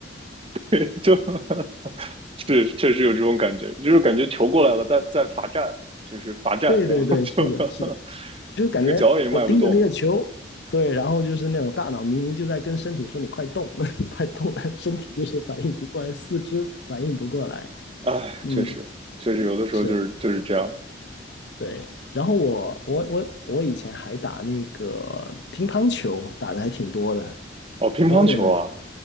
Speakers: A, on the right (about 30°); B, on the left (about 65°).
A: <laughs> 就 <laughs> 是确实有这种感觉，就是感觉球过来了，在在罚站，就是罚站，
B: <laughs> 对对对，
A: 然后就
B: 是的，
A: <laughs>
B: 是的，就感觉我盯着那个球，
A: 这个脚也迈不动。
B: 对，然后就是那种大脑明明就在跟身体说你快动，<laughs> 你快动，但身体就是反应不过来，四肢反应不过来，
A: 哎，
B: 嗯。
A: 确实，确实有的时候就是就是这样。
B: 是。对，然后我我我我以前还打那个乒乓球，打的还挺多的。
A: 哦，乒乓球啊，
B: 我不知道你有没有，